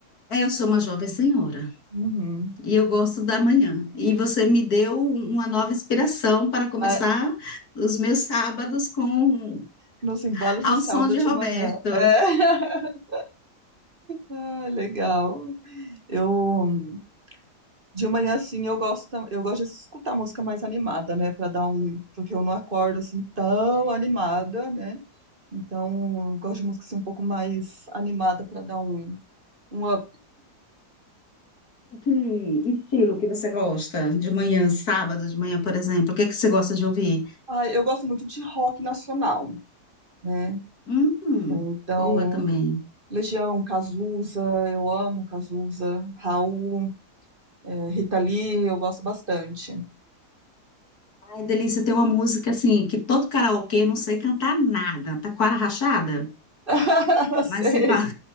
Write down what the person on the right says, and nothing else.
Uhum.
Ah,
nos embalos
de sábado
de
manhã. É. <laughs> Ah, legal. Eu de manhã assim eu gosto, tam- eu gosto de escutar música mais animada, né, para dar um, porque eu não acordo assim tão animada, né? Então, eu gosto de música assim, um pouco mais animada para dar um um up.
Ah, eu gosto muito de rock nacional, né?
Então,
Legião, Cazuza, eu amo Cazuza, Raul, eh, Rita Lee, eu gosto bastante.
<laughs>
Sei,